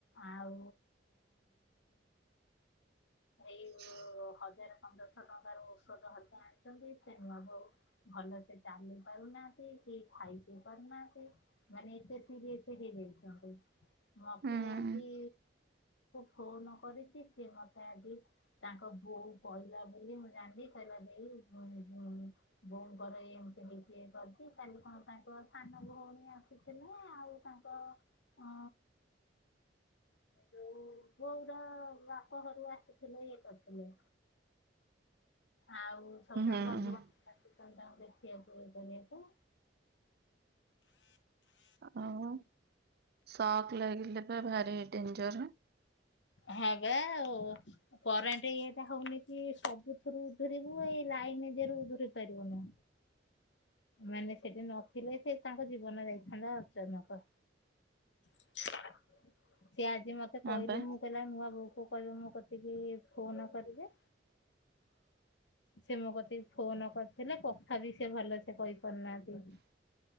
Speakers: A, on the left; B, on the right.
A: ଆଉ ଏଇ
B: ହଁ
A: ହଜାର ପନ୍ଦରଶହ ଟଙ୍କାର ଔଷଧ ହେରିକା ଆଣିଛନ୍ତି ସେ ନୂଆ ବୋହୁ ଭଲ ସେ ଚାଲି ପାରୁନାହାନ୍ତି କେହି ଖାଇ ପିଇ ପାରୁନାହାନ୍ତି ମାନେ ଏତେ ସିରିଏସ ହେଇଛନ୍ତି। ମତେ
B: ହୁଁ
A: ଆଜି? ଫୋନ କରିଛି ସିଏ ମତେ ଜି ତାଙ୍କ ବୋଉ କହିଲା ବୋଲି ମୁଁ ଜାଣିଲି କହିଲା ଦେଇ ହୁଁ ହୁଁ ବହୁ ଘରେ ଏମିତି ହେଇକି ଏ କରିଛି କାଲି କଣ ତାଙ୍କ ସାନ ଭଉଣୀ ଆସିଥିଲେ ଆଉ ତାଙ୍କ ଉ ଯୋଉ ବୋହୂର ବାପ ଘରୁ ଆସିଥିଲେ ଇଏ କରିଥିଲେ। ଆଉ ସବୁ ତାଙ୍କୁ
B: ହୁଁ
A: ବନ୍ଧୁବାନ୍ଧବ ଆସିଛନ୍ତି ତାକୁ ଦେ ପିଆ ପୁଇ କରିବାକୁ
B: ଆଉ ଶକ୍ ଲାଗିଲ ବା ଭାରି ଡେଞ୍ଜର
A: ହଁ ବା ଆଉ କରେଣ୍ଟ ଇଏଟା ହଉନି କି ସବୁଥିରୁ ଉଧୁରିବୁ ଏଇ ଲାଇନ ଦିହରୁ ଉଧୁରି ପାରିବୁନି ମାନେ ସେଠି ନଥିଲେ ସେ ତାଙ୍କ ଜୀବନ ଯାଇ ହେଲୋ ଅର୍ଚ୍ଚନା କହ। <inaudible> ସିଏ ଆଜି ମତେ କହିଲେ
B: ହଁ ବା
A: ମୁଁ ହେଲେ ନୂଆ ବୋଉ କୁ କହିବ ମୋ କତିକି ଫୋନ କରିବେ ସେ ମୋ କତିକି ଫୋନ କରିଥିଲେ କଥା ବି ସେ ଭଲ ସେ କହି ପାରୁନାହାନ୍ତି।